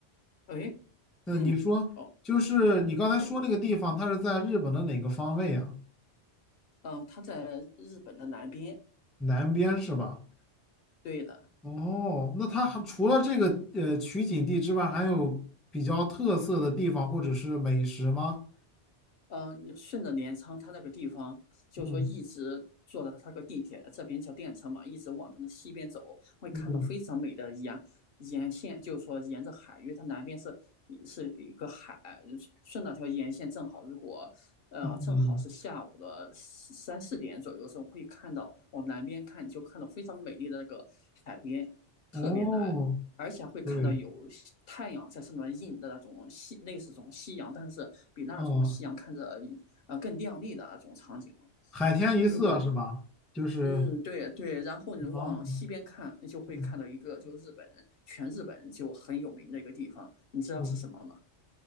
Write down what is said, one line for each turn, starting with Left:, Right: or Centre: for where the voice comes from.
Left: 诶，
Centre: 呃，
Left: 嗯，
Centre: 你说就是你刚才说那个地方，
Left: 哦，对，
Centre: 它是在日本的哪个方位啊？
Left: 嗯，它在日本的南边，
Centre: 南边是吧？
Left: 对的。
Centre: 哦，那它还除了这个呃取景地之外，还有比较特色的地方或者是美食吗？
Left: 嗯，顺着镰仓它那个地方，就是说一直坐到它那个地铁，
Centre: 嗯
Left: 这边叫电车嘛，一直往它的西边走，会看到非常美的沿沿线，
Centre: 嗯
Left: 就是说沿着海，因为它南边是是一个海，顺那条沿线正好，如果呃正好是下午的三四点左右的时候，
Centre: 嗯，嗯，
Left: 会看到往南边看，就看到非常美丽的那个海边，特别蓝，
Centre: 哦，
Left: 而且会看到有太阳在上面映的那种夕，
Centre: 对，
Left: 类似这种夕阳，但是比那种夕阳看着
Centre: 哦，
Left: 呃更亮丽的那种场景。
Centre: 海天一色是吧？
Left: 如果
Centre: 就是
Left: 嗯，对对，然后你往西边看，
Centre: 哦，
Left: 你就会看到一个就日本，
Centre: 嗯，
Left: 全日本就很有名的一个地方，你知道是什么吗？
Centre: 嗯